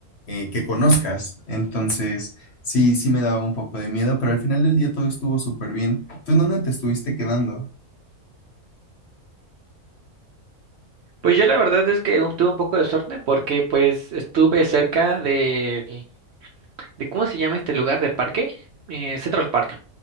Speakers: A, on the left; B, on the right.
A: eh, que conozcas. Entonces, sí, sí me daba un poco de miedo, pero al final del día todo estuvo súper bien. ¿Tú en dónde te estuviste quedando?
B: Pues yo la verdad es que tuve un poco de suerte porque pues estuve cerca de, de ¿cómo se llama este lugar del parque? Eh, Central Park.